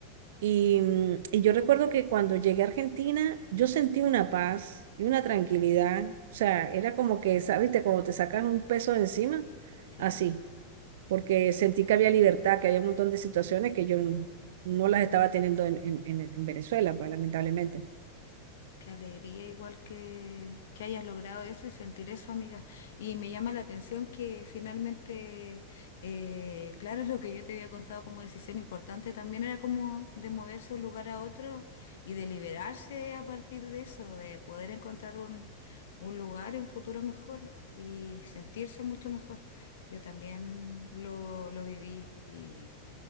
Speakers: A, on the right (about 55°); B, on the left (about 60°).
A: Y, mm, y yo recuerdo que cuando llegué a Argentina, yo sentí una paz y una tranquilidad. O sea, era como que, sabes te Como te sacas un peso de encima,
B: Sí.
A: así, porque sentí que había libertad, que había un montón de situaciones que yo no, no las estaba teniendo en, en, en, en Venezuela, pues, lamentablemente.
B: Qué alegría igual que, que hayas logrado eso y sentir eso, amiga. Y me llama la atención que finalmente, eh, claro, lo que yo te había contado como decisión importante también era como de moverse de un lugar a otro y de liberarse a partir de eso, de poder encontrar un, un lugar, un futuro mejor y sentirse mucho mejor. Yo también lo, lo viví y,